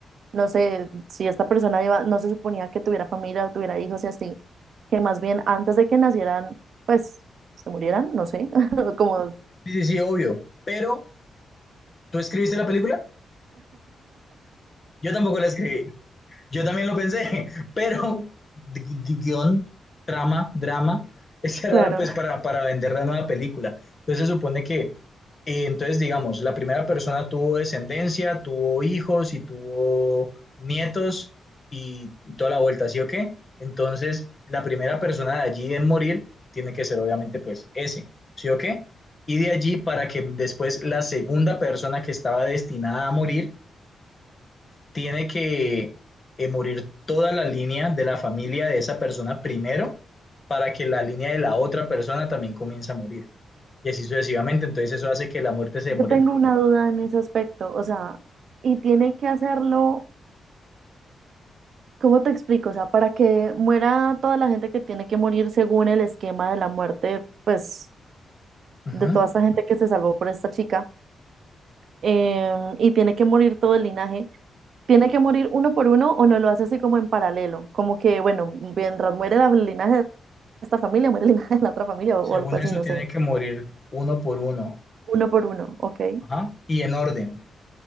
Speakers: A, on the right; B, on the left.
A: no sé, si esta persona iba, no se suponía que tuviera familia o tuviera hijos y así, que más bien antes de que nacieran, pues se murieran, no sé, <laughs> como,
B: sí, sí, sí, obvio, pero ¿tú escribiste la película? Yo tampoco la escribí. Yo también lo pensé, <laughs> pero gu- gu- guión, trama, drama, <laughs> esa era
A: claro.
B: pues para, para vender la nueva película. Entonces se supone que, eh, entonces digamos, la primera persona tuvo descendencia, tuvo hijos y tuvo nietos y toda la vuelta, ¿sí o qué? Entonces la primera persona de allí en morir tiene que ser obviamente pues ese, ¿sí o qué? Y de allí para que después la segunda persona que estaba destinada a morir tiene que eh, morir toda la línea de la familia de esa persona primero para que la línea de la otra persona también comience a morir. Y así sucesivamente, entonces eso hace que la muerte se demore.
A: Yo tengo una duda en ese aspecto, o sea, y tiene que hacerlo, ¿cómo te explico? O sea, para que muera toda la gente que tiene que morir según el esquema de la muerte, pues,
B: Ajá.
A: de toda esta gente que se salvó por esta chica, em, y tiene que morir todo el linaje, ¿tiene que morir uno por uno o no lo hace así como en paralelo? Como que, bueno, mientras muere la- el linaje de esta familia, muere el linaje de la otra familia
B: Según
A: o, o algo así,
B: eso,
A: no
B: tiene
A: sé,
B: que morir uno por uno.
A: uno por uno, ok,
B: Ajá. Y en orden.